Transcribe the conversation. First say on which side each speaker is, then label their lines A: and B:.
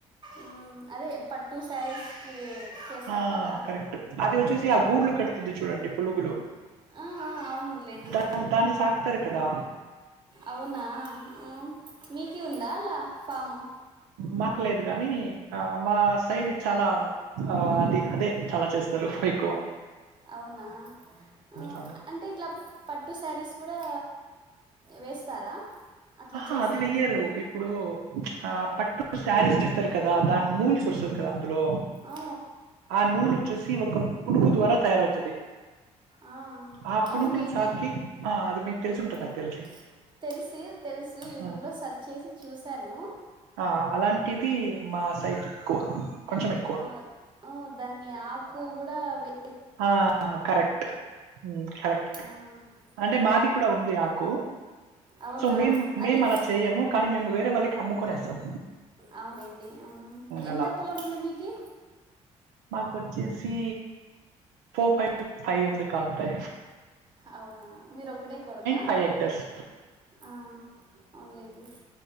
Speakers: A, on the right (about 30°); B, on the right (about 80°).
A: ఊ అదే పట్టు శారీస్ కి చేసారు
B: ఆ
A: కదా
B: కరెక్ట్ అది వచ్చేసి ఆ గూడ్లు కడుతుంది చూడండి పులుగులు
A: ఆ, ఆ, అవునులేండి
B: దా దాన్ని సా క్తరు కదా
A: అవునా ఆ మీకీ ఉందా అలా ఫాము
B: మాకు లేదు గానీ ఆ మా సైడ్ చాలా ఆ అది అదే చాలా చేస్తారు ఫీకో
A: అవునా ఊ
B: అవును
A: అంటే ఇట్లా పట్టు శారీస్ కూడా వేస్తారా అట్లా
B: అహ్హ
A: చేసి
B: అది వెయ్యరు ఇప్పుడు ఆ పట్టు శారీస్ చేస్తారు కదా దాని నూల్స్ వస్తుది కదా అందులో
A: ఆ,
B: ఆ నూలు చూసి ఒక పులుగు ద్వారా తయారవుతది
A: ఆ,
B: ఆ పునుగులు
A: అవునులేండి
B: సాకి ఆ అది మీకు తెలిసి
A: ఉమ్,
B: ఉంటుంది నాకు తెలిసి
A: తెలిసి తెలుసు యూట్యూబ్లో
B: ఆ,
A: సెర్చ్ చేసి చూశాను
B: ఆ అలాంటిది మా సైట్ ఎక్కువ ఎక్కువ
A: ఆ ఆ దాన్ని ఆకు కూడా వె
B: ఆ కరెక్ట్ ఉమ్ కరెక్ట్
A: ఆ,
B: అంటే
A: ఆ,
B: మాది కూడా ఉంది ఆకు
A: అవునా
B: సో మేం మేం
A: అది
B: అలా చెయ్యము కానీ మేము వేరే వాళ్ళకి అమ్ముకొనేస్తాం
A: అవునేండి ఉమ్ ఎంత
B: అలా
A: పొలం ఉంది మీకి
B: మాకోచ్చేసి ఫో ఫైవ్ ఫైవ్ ఉంది కాంతే
A: అవునా మీరు ఒక్కడే కొడుకా
B: ఫైవ్ హెక్టర్స్
A: ఆ అవున్లేండి